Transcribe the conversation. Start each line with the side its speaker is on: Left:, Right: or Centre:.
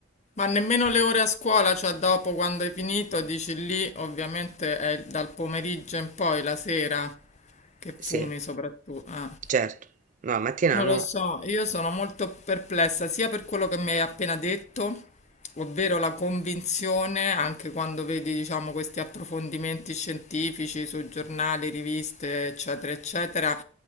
Left: Ma nemmeno le ore a scuola, cioè dopo quando hai finito, dici lì, ovviamente è dal pomeriggio in poi, la sera, che
Right: sì,
Left: fumi soprattutto. Ah.
Right: certo, no, la mattina
Left: Non
Right: no.
Left: lo so, io sono molto perplessa sia per quello che mi hai appena detto, ovvero la convinzione, anche quando vedi, diciamo, questi approfondimenti scientifici su giornali, riviste, eccetera, eccetera,